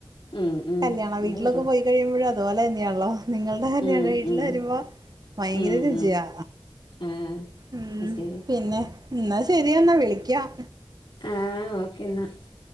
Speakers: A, on the left; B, on the right.
A: ഉം ഉം
B: കല്യാണ വീട്ടിലൊക്കെ
A: അത് ശരിയാ
B: പോയി കഴിയുമ്പോഴും അതുപോലെ തന്നെയാള്ളോ. നിങ്ങളുടെ കല്യാണ
A: ഉം
B: വീട്ടില്
A: ഉം
B: വരുമ്പോ ഭയങ്കര
A: ഉം
B: രുചിയാ.
A: ഉം ആഹ്
B: ഉം
A: അത് ശരിയാ
B: പിന്നെ എന്നാ ശരിയെന്നാ വിളിക്കാം.
A: ആഹ് ഓക്കേ എന്നാ.
B: ആ